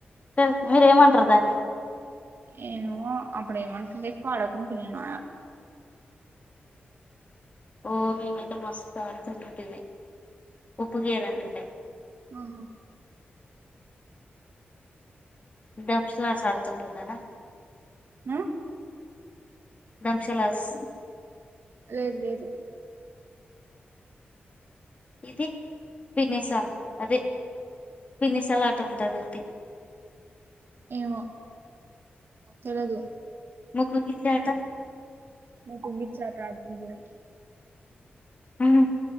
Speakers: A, on the left (about 35°); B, on the right (about 65°).
A: తెల్స్ మీరేమంటరు దాన్ని
B: ఏమో అప్పుడేమంటుడె ఎక్కు అడక్కుంటి నేను
A: ఓ మేమైతే మస్తు ఆడుతుంటుంటిమి ఉప్పు గేరు అంటుండే
B: ఆహా
A: దంస్ లాడ్స్ ఆడుతుంటుండెనా
B: ఆ
A: ధంశలాస్
B: లేదు లేదు
A: ఇది పినిస అదే పినిస లాట ఉంటుంద అండి
B: ఏమో తెలదు
A: ముక్కు గిచ్చే ఆట
B: ముక్కుగిచ్చే ఆట ఆడుతుంటిమి
A: మ్